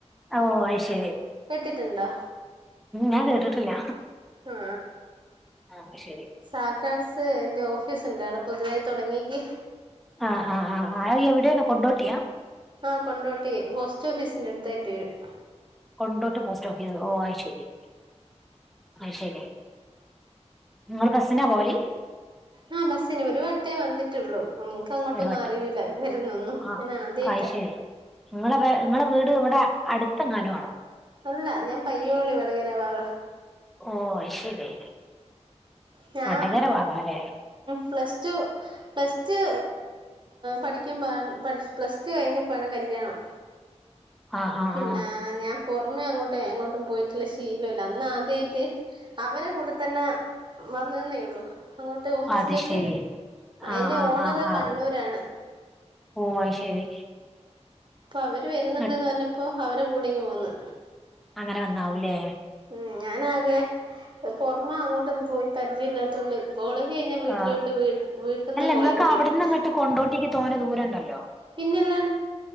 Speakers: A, in the centre; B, on the right.
A: ഓ അ് ശരി
B: കേട്ടിട്ടുണ്ടോ
A: ഞാൻ കേട്ടിട്ടില്ല
B: ആ
A: ആഹ് ശരി
B: സാക്കാർസ് എന്റെ ഓഫീസ് ഉണ്ട് അവിടെ പുതുതായി തുടങ്ങിയക്ക്
A: ആഹ് ആഹ് ആഹ് ആ അയ്യ വിടെയാണ് കൊണ്ടോട്ടിയാ
B: ആഹ കൊണ്ടോട്ടി പോസ്റ്റ് ഓഫീസിന്റെ അടുത്തായിട്ട് വരും
A: കൊണ്ടോട്ട് പോസ്റ്റ് ഓഫീസ് ഓ ആ ശെരി ആ ശരി നിങ്ങള് ബസിനാ പോവല്
B: ആഹ ബസ്സിന് ഒരു വട്ടേ വന്നിട്ടുള്ളൂ ഉനക്ക് അങ്ങോട്ടൊന്നും
A: ഒരു വട്ടം
B: അറിയിൂല വരുന്നൊന്നും
A: ആഹ്
B: പിന്നെ ആദ്യയിട്ട
A: അത് ശരി നിങ്ങളെ നിങ്ങളടെ വീട് ഇവിടെ അടുത്തെങ്ങാനും ആണോ
B: അല്ല ഞാൻ പയ്യോളി വടകര ഭാഗ
A: ഓ ശരി
B: ഞാൻ
A: വടകര ഭാഗം അല്ലേ
B: പ്ലസ് ടു പ്ലസ്റ്റു പഠിക്കുമ്പോാണ് പ്ലസ് ടു കഴിഞ്ഞപ്പോഴാണ് കല്യാണം
A: ആ ആ
B: പിന്നെ
A: ആ
B: ഞാൻ പുറമേ അങ്ങോട്ടും എങ്ങോട്ടും പോയിട്ടുള്ള ശീലമില്ല അന്ന് ആദ്യമായിട്ട് അവരെ കൂടെ തന്നെ വന്നന്നേ ഉള്ളു അങ്ങോട്ട് ഓഫീസിലേക്ക്
A: അത് ശരി
B: അയിന്റെ
A: ആ ആ
B: ഓണർ
A: ആ ആ
B: കണ്ണൂരാണ്
A: ഓ ശരി
B: അപ്പൊ അവര് വരുന്നുണ്ടന്ന്
A: ഇങ്ങട്ട്
B: പറഞ്ഞപ്പോ അവരെ ടെ കൂടെയിങ് പോന്ന്ന്
A: അങ്ങനെ വന്നാവൂലേ
B: ഉ ഞാനാകെ പുറമെ അങ്ങോട്ടൊന്നും പോയി പരിചയം ഇല്ലാത്തോണ്ട് കോളേജ് കഴിഞ്ഞാ വീട്ടിലോട്ട്
A: ആ
B: വീട്ടന്ന്
A: അല്ല
B: കോളേജിലേക്ക്
A: നിങ്ങൾക്ക് അവിടുന്ന് അങ്ങോട്ട് കൊണ്ടോട്ടിക്ക് തോനെ ദൂരം ഉണ്ടല്ലോ
B: പിന്നെല്ലാ